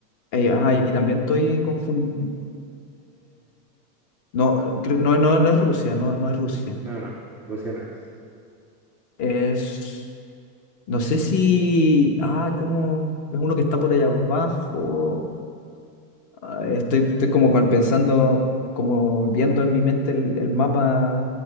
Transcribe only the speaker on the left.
eh, ah, y aquí también estoy confundido. no, creo- no, no, no es Rusia, no, no es Rusia.
Es, no sé si, ah, cómo, es uno que está por allá abajo. Ah, estoy, estoy como con- pensando, como viendo en mi mente el, el mapa,